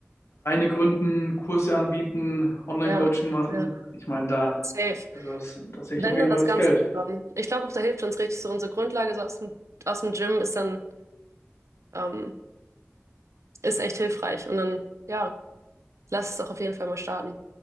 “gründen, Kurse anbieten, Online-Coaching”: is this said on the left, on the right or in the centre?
Left